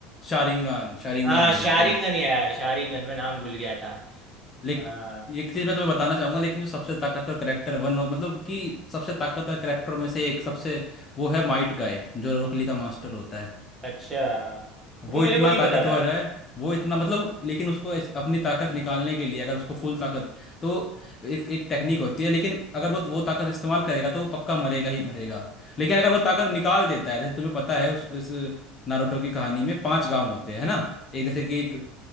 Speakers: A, on the left; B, on the right.
A: शारिंगान शारिंगान
B: हाँ
A: बोलते
B: शारिंगन
A: हैं
B: यार शारिंगन मैं नाम भूल गया था
A: लेकिन
B: हाँ
A: एक चीज मैं तुम्हें बताना चाहूंगा लेकिन जो सबसे ताकतवर करेक्टर वन ऑफ मतलब कि सबसे ताकतवर करेक्टर में से एक सबसे वो है माइट गाय जो रोकली का मास्टर होता है
B: अच्छा
A: वो
B: वो मेरे
A: इतना
B: को नहीं
A: ताकतवर
B: पता था
A: है वो इतना मतलब लेकिन उसको इस- अपनी ताकत निकालने के लिए अगर उसको फुल ताकत तो एक एक टेक्निक होती है लेकिन अगर वो वो ताकत इस्तेमाल करेगा तो वो पक्का मरेगा ही मरेगा लेकिन अगर वो ताकत निकाल देता है जैसे तुम्हें पता है उस उस नारुतो की कहानी में पांच गांव होते हैं है ना एक जैसे कि एक